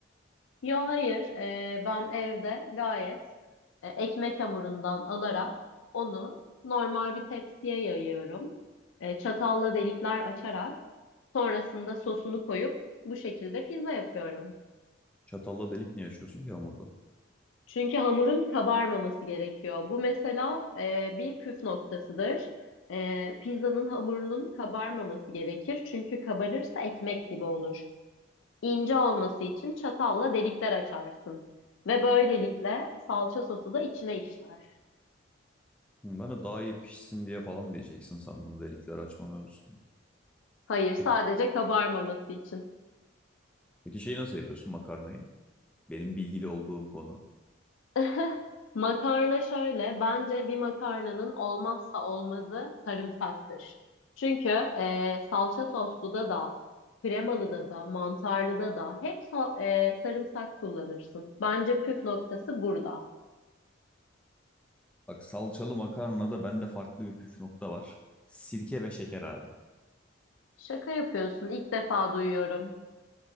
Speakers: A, on the left (about 80°); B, in the centre.
A: Yo hayır. Ee, ben evde gayet e, ekmek hamurundan alarak onu normal bir tepsiye yayıyorum. E, çatalla delikler açarak sonrasında sosunu koyup bu şekilde pizza yapıyorum.
B: Çatalla delik niye açıyorsun ki hamurda?
A: Çünkü hamurun kabarmaması gerekiyor. Bu mesela e, bir püf noktasıdır. E, pizzanın hamurunun kabarmaması gerekir. Çünkü kabarırsa ekmek gibi olur. İnce olması için çatalla delikler açarsın. Ve böylelikle salça sosu da içine işler.
B: Hı, Ben de daha iyi pişsin diye falan diyeceksin sandım delikleri açma mevzusunda.
A: Hayır, sadece
B: Peki,
A: kabarmaması için.
B: peki şeyi nasıl yapıyorsun makarnayı? Benim bilgili olduğum konu.
A: <laughs> Makarna şöyle, bence bir makarnanın olmazsa olmazı sarımsaktır. Çünkü e, salça soslu da da, kremalı da da, mantarlı da da hep so- e, sarımsak kullanırsın. Bence püf noktası burada.
B: Bak salçalı makarnada bende farklı bir püf nokta var. Sirke ve şeker abi.
A: Şaka yapıyorsun, ilk defa duyuyorum.